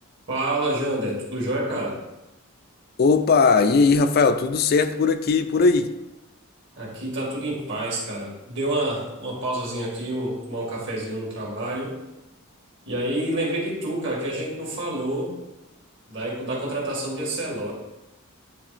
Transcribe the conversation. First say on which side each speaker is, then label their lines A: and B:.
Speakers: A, on the right (about 60°); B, on the left (about 45°).
A: Fala, Jander. Tudo jóia, cara?
B: Opa, e aí, Rafael, tudo certo por aqui e por aí?
A: Aqui tá tudo em paz, cara. Deu uma, uma pausazinha aqui, um, tomar um cafezinho no trabalho. E aí lembrei de tu, cara, que a gente não falou da, da contratação de Ancelotti.